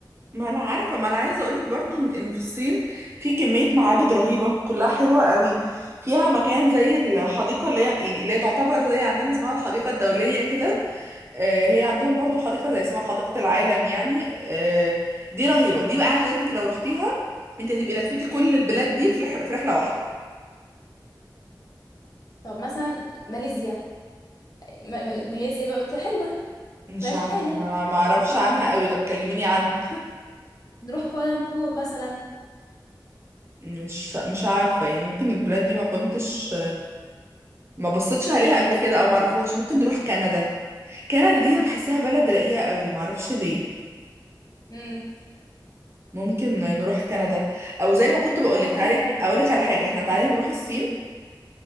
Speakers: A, on the right; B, on the left.
A: ما انا عارفه ما انا عايزه اقولك برضو ان إن في الصين في كميه معابد رهيبه كلها حلوه قوي فيها مكان زي الحديقه اللي هي يعني اللي هي تعتبر زي عندنا اسمها الحديقه الدوليه كده آه، هي عندهم برضو حديقه زي اسمها حديقه العالم يعني آه، دي رهيبه دي بقى عايزه اقولك انت لو رحتيها انت هتبقي لفيتي كل
B: مم.
A: البلاد دي في رح- في رحله واحده
B: طب مثلا ماليزيا م- م- ماليزيا بقى بتبقى حلوة
A: مش
B: مفيهاش
A: عارفه
B: حاجة
A: ما ما اعرفش
B: كوالالمبور
A: عنها قوي طب كلميني عنها <laughs>
B: نروح كوالالمبور مثلا
A: مش مش عارفه يعني ممكن البلاد دي ما كنتش ما بصيتش
B: بصي
A: عليها
B: هي ماليزيا
A: قبل كده
B: عامة
A: او ما اعرفهاش ممكن نروح كندا كندا دي انا بحسها بلد رقيقة قوي معرفش ليه
B: امم
A: ممكن نروح كندا او زي ما كنت بقولك
B: هي مفيهاش
A: تعالي
B: حاجة
A: اقولك على حاجة احنا تعالي نروح الصين